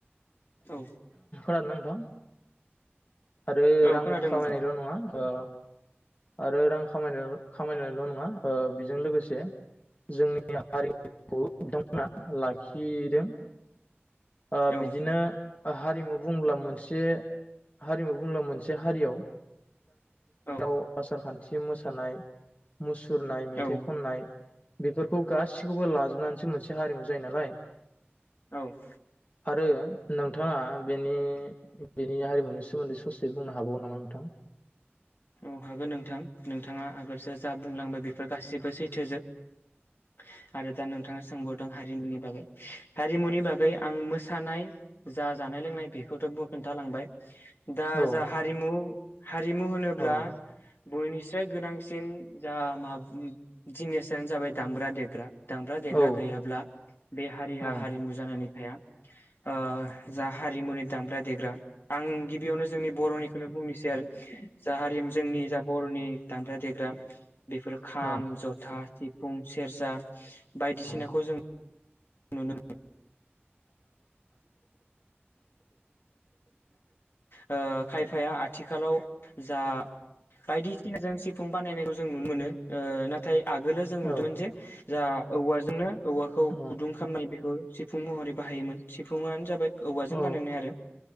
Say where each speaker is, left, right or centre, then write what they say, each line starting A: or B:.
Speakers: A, on the left; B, on the left.
A: औ
B: र नांग <unintelligible> थां आरो
A: औ
B: रां
A: खोनादों
B: खामायनायल'
A: नोंथां
B: नङा ओ आरो रां खामाय खामायनायल' नङा ओ बेजों लोगोसे जोंनि हारिखौ बिथांमोना लाखिदों ओ बिदिनो
A: औ
B: हारिमु बुंब्ला मोनसे हारिमु बुंब्ला मोनसे हारियाव
A: औ
B: याव आसार खान्थि मोसानाय मुस सुरनाय मेथाइ
A: औ
B: खननाय बेफोरखौ गासिखौबो लाजोबनानैसो मोनसे हारिमु जायो नालाय
A: औ
B: आरो नोंथाङा बेनि बेनि हारिमुनि सोमोन्दै ससे बुंनो हाबावगो नामा नोंथां
A: औ हागोन नोंथां नोंथाङा आगोलसो जा बुंलांबाय बेफोर गासिबो सैथोजोब आरो दा नोंथाङा सोंबावदों हारिमुनि बागै हारिमुनि बागै आं मोसानाय जा जानाय लोंनाय बेखौथ' खोन्थालांबाय दा
B: औ
A: जा हारिमु हारिमु होनो ब्ला
B: औ
A: बयनिस्राय गोनां बांसिन जा मा जिनिसानो जाबाय दामग्रा देग्रा दामग्रा देग्रा
B: औ
A: गैयाब्ला बे हारिहा
B: औ
A: हारिमु जानानै ओ जा हारिमुनि दामग्रा देग्रा आं गिबियावनो जोंनि बर'नि होननो बुंनोसै आरो <unintelligible> जा हारिमु जोंनि जा बर'नि दामग्रा देग्रा बेफोर खाम
B: औ
A: जथा सिफुं सेरजा बायदिसिनाखौ
B: औ
A: जों नुनो मोनो ओ खायफाया आथिखालाव जा बायदिसिना जों सिफुं बानायनायखौ जों नुनो मोनो ओ नाथाय आगोलो जों नुदोंमोन
B: औ
A: जे जा औवा जोंनो औवाखौ
B: औ
A: गुदुं खालामनानै बेखौ सिफुं महरै बाहायोमोन सिफुङानो जाबाय औवाजों
B: औ
A: बानायनाय आरो